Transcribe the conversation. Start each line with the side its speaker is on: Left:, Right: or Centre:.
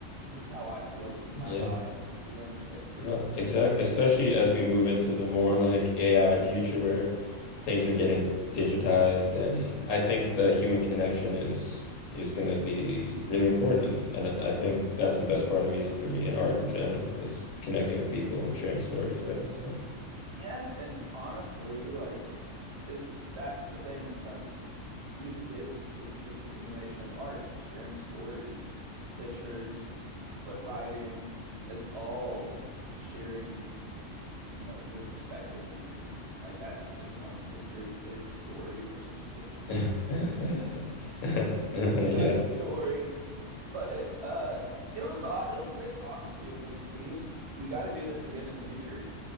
Right: this is how I feel. This is
Left: Yeah,
Right: my vibe. Like we are in the same frequency.
Left: no, exact. Especially as we move into the more like AI future where things are getting digitized, and I think the human connection is is going to be really important. And, and I think that's the best part of music for me and art in general is connecting with people and sharing stories, right? So,
Right: Yeah, and honestly like is that's the thing. It's like music is just the continuation of art, just sharing stories, pictures, what writing. It's all sharing you know your perspective and your like that isn't like history his story which is unfortunate
Left: <laughs> yeah,
Right: because it should be
Left: <laughs>
Right: you know
Left: yeah,
Right: everybody's story but it, uh it was uh, it was great talking to you again steve we got to do this again in the future